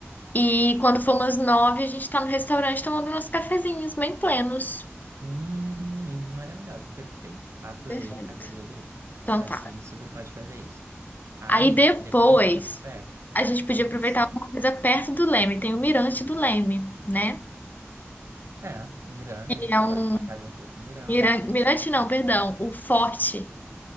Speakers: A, on the left (about 40°); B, on the right (about 80°).
A: E quando
B: exato.
A: for umas nove, a gente tá no restaurante tomando nossos cafezinhos, bem plenos.
B: Hum, lindos e maravilhosos, perfeito. Adorei,
A: Perfeito.
B: adorei, adorei.
A: Então
B: S- Acho
A: tá.
B: que a gente super pode fazer isso. Aí,
A: Aí depois,
B: depois do café,
A: a gente podia
B: isso.
A: aproveitar alguma coisa perto do Leme. Tem o Mirante do Leme, né?
B: É, o mirante,
A: Que
B: a gente
A: é um.
B: pode ficar ali um pouco no mirante.
A: Mira- Mirante não, perdão. O Forte.